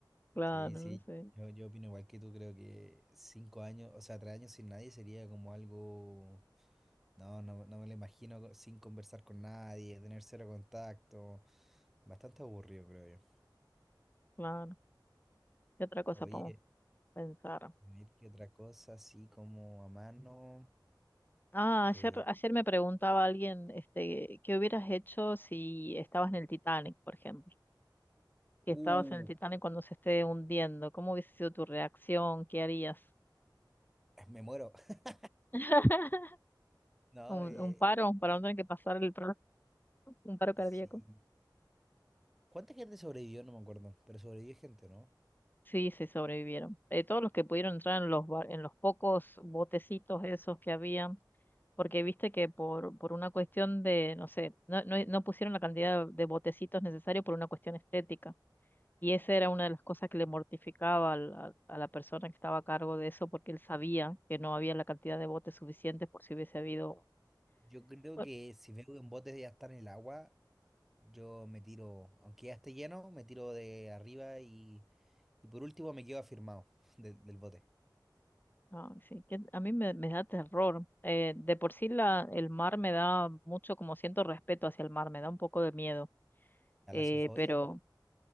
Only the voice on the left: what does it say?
Claro,
no sé,
claro. ¿Qué otra cosa
podemos pensar?
Ah, ayer,
ayer me preguntaba alguien, este, ¿qué hubieras hecho si estabas en el Titanic, por ejemplo? Si
estabas en el Titanic cuando se esté hundiendo, ¿cómo hubiese sido tu reacción? ¿Qué harías?
<laughs>
¿Un,
un paro para
no tener que pasar el, <laughs> pro- un paro cardíaco?
Sí, sí, sobrevivieron. Eh, todos los que pudieron entrar en los, ba- en los pocos botecitos esos que había, porque viste que por, por una cuestión de, no sé, no, no, no pusieron la cantidad de botecitos necesarios por una cuestión estética. Y esa era una de las cosas que le mortificaba al- a, a la persona que estaba a cargo de eso, porque él sabía que no había la cantidad de botes suficientes por si hubiese habido...
Bueno,
no, sí, que a mí me, me da terror. Eh, de por sí la, el mar me da mucho, como siento respeto hacia el mar, me da un poco de miedo
eh, pero